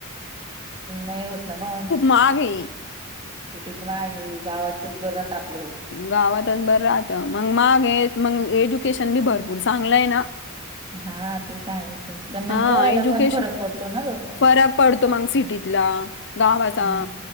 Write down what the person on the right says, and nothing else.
नाही होत ना मग.
सिटीत मागे गावातच बरं राहात आपलं.
हा ते तर आहेच. पण
मग पोरायला
पण फरक पडतो ना ग
हम्म